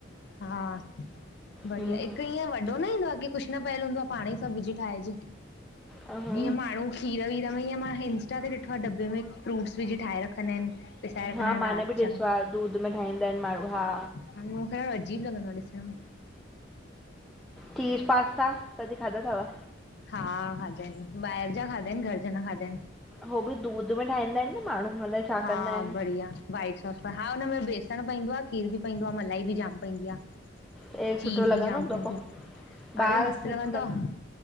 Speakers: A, on the left (about 60°); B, in the centre.
A: हा, बढ़िया
B: हम्म,
A: हिकु ईअं वॾो न ईंदो आ कि कुझु न पयलु हूंदो आ, पाण ई सभु विझी ठाहिजे।
B: ह हा
A: ईअं माण्हू खीर वीर में, ईअं मां इंस्टा ते ॾिठो आ डॿे में फ्रूट्स विझी ठाहे रखंदा आहिनि। पिसाए रखंदा
B: हा
A: आहिनि
B: माने
A: राति
B: बि
A: जा
B: ॾिसो आ, दूध में ठाहींदा आहिनि माण्हू हा
A: हाणे मूंखे ॾाढो अजीब लॻंदो आ ॾिसण में
B: चीज पास्ता कॾी खाधा तव?
A: हा खाधा आहिनि, ॿाहिरि जा खाधा आहिनि घर जा न खाधा आहिनि।
B: हो बि दूध में ठाहींदा आहिनि न माण्हू अलाए छा
A: हा
B: कंदा आहिनि
A: बढ़िया, वाइट सॉस हा हुनमें बेस बेसण पवंदो आ, खीरु बि पवंदो आ, मलाई बि जाम पवंदी आ।
B: टेस्ट
A: चीज
B: सुठो लॻंदो
A: बि जाम
B: हूंदो
A: पवंदी
B: पो
A: आ,
B: ॿाहिरि
A: अरे मस्त
B: सुठो
A: लॻंदो
B: लॻ
A: तव।